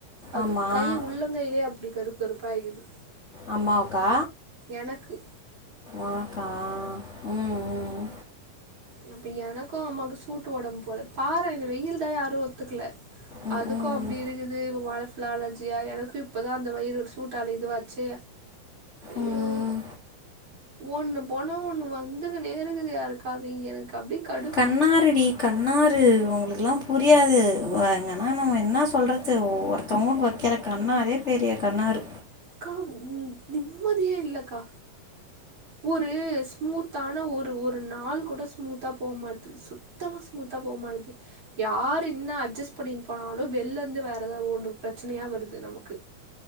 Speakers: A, on the right; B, on the left.
A: அது
B: ஆமாம்
A: கை உள்ள ங்கைலே அப்டி கருப் கருப்பாயிக்குது
B: அம்மாவுக்கா
A: எனக்கு
B: ஒனக்கா ம் ம்
A: அப்ப எனக்கு அம்மாக்கு சூட்டு ஒடம் போல பாரே இது வெயில் தா யாரு ஒத்துக்ல
B: ம் ம்
A: அதுக்கு அப்டி இருக்குது இப்ப ஒட ஃபுல்லா அலர்ஜியா எனக்கு இப்பதா அந்த வயிறு ஒரு சூட்டால இதுவாச்சு ஐயோ
B: ம்
A: ஒண்ணு போனா ஒண்ணு வந்துங்குன்னே இருக்குது யாருக்கா து எனக்கு அப்டி கடுப்
B: கண்ணாருடி க ரு உங்ளுக்கல்லா புரியாது வா இங்கன்னா நம்ம என்னா சொல்றது ஒவ்வொருத்தோங்ளுக்கு வக்கிற கண்ணாரே பெரிய கண்ணாரு
A: கா நிம்மதியே இல்லக்கா ஒரு ஸ்மூத்தான ஒரு ஒரு நாள் கூட ஸ்மூத்தா போமாட்டுது சு த்தமா ஸ்மூத்தா போமாட்டுது யாரு இன்னா அட்ஜஸ்ட் பண்ணிட் போனாலு வெள்லந்து வேறு எதாவ்து ஓடு பிரச்சனயா வருது நமக்கு